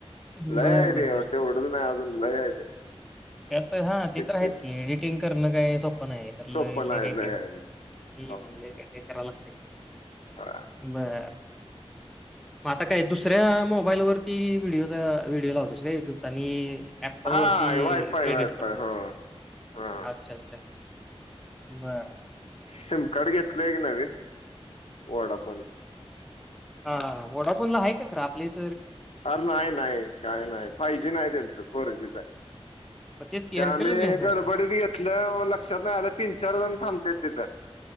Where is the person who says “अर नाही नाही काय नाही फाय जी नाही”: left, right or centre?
Left